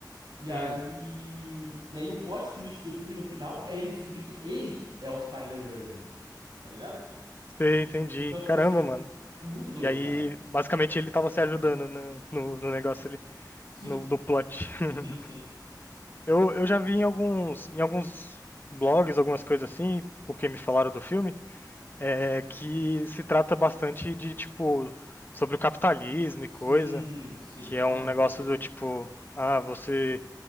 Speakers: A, on the right; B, on the left.
A: E
B: Hum,
A: aí e aí o plot twist do filme no final é ele descobrir que ele é o Tyler Durden, tá ligado?
B: sei, entendi.
A: Então, tipo
B: Caramba,
A: assim,
B: mano.
A: é muito doido,
B: E aí,
A: cara.
B: basicamente, ele tava se ajudando, né, no, no negócio ali,
A: Sim,
B: no, no plot. <laughs>
A: sim, sim.
B: Eu, eu já vi em alguns, em alguns blogs, algumas coisas assim, porque me falaram do filme, é, que se trata bastante de, tipo, sobre o capitalismo
A: Sim,
B: e coisa,
A: sim,
B: que
A: fala
B: é um
A: muito
B: negócio
A: disso.
B: do tipo, ah, você